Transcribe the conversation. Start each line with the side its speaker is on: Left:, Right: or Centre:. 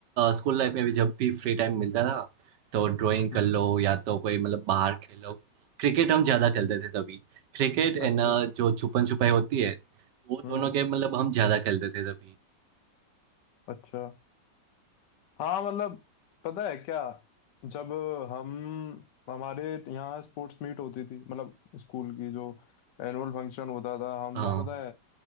Right: स्कूल लाइफ में भी जब भी फ्री टाइम मिलता था तो ड्राइंग
Left: हम्म
Right: कर लो
Left: हम्म,
Right: या तो कोई मतलब बाहर खेलो क्रिकेट हम ज्यादा खेलते थे तभी क्रिकेट
Left: अच्छा
Right: एंड जो छुपन छुपाई होती है वो
Left: हम्म
Right: दोनों गेम मतलब हम ज्यादा खेलते थे तभी
Left: अच्छा हाँ मतलब पता है क्या जब हम हमारे यहाँ स्पोर्ट्स मीट होती थी मतलब स्कूल की जो एनुअल फंक्शन होता था हम
Right: हाँ
Left: ना पता है